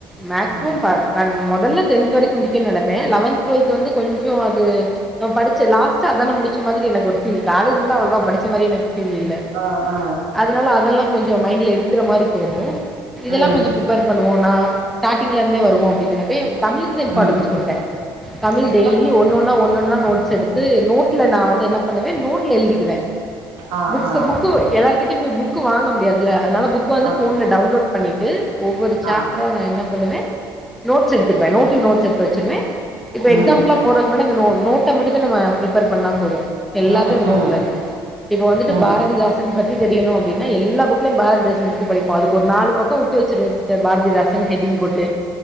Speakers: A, in the centre; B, on the right.
A: மேக்சிமம்
B: ம்
A: பா அன் மொதல்ல டென்த் வரைக்கு முடிக்கன் நெனப்பே லெவன்த் டூவல்த் வந்து கொஞ்சோ அது நம் படிச்ச லாஸ்டா அதான முடிச்ச மாதிரி எனக்கு ஒரு ஃபீல் காலேஜ்ல்லா அவ்ளவா படிச் ச்ச மாரி எனக்கு ஃபீல் இல்ல
B: ஆ ஆ
A: அதனால அதெல்லா கொஞ்சோ மைண்ட்ல இருக்கிற மாரி தோணு இதெல்லா
B: ம்
A: கொஞ்சோ பிரிப்பேர் பண்ணுவோண்ணா ஸ்ட்டாடிங்லந்தே வருவோ அப்பிடின் நெனப்பே தமிழுக்குதே இம்பாட்டன்ஸ்
B: ம்
A: குடுப்பே தமிழ்
B: என்னப்பா
A: டெய்லி ஒன்னொன்னா ஒன்னொன்னா நோட் ஸ் எடுத்து நோட்ல நா வந்து என்ன பண்ணுவே நோட்ல எழுதிக்குவே
B: ஆ
A: புக்
B: ஆ
A: புக்கு எல்லார்கிட்டையு போய் புக்கு வாங்க முடியாதில்ல அதனால புக் வந்து
B: ஆ
A: ஃபோன்ல டவுன்லோட் பண்ணிட்டு ஒவ்வொரு சாப்
B: ஆ
A: ட்ரா நா என்ன பண்ணுவே நோட்ஸ் எடுத்துக்குவே நோட்ல நோட்ஸ் எடுத்து வச்சிருவே இப்ப
B: ம்
A: எக்ஸாம் க்ல போறக் முன்னாடி இந்த நோ நோட்ட மட்டுக்குமே நம்ம பிரிப்பேர் பண்ணா போது எல்லாத்து
B: ம்
A: அந்த
B: ம்
A: நோட்ல இருக்கு இப்ப வந்துட்டு
B: ம்
A: பாரதிதாச த்தன் பத்தி தெரியனு அப்டின்னா எல்லா புக்லையு பாரதிதாசன் பத்தி படிப்போ அதுக்கு ஒரு நாலு பக்ககோ உட்டு வச்சிரு த்து பாரதிதாசன் ஹெட்டிங் போட்டு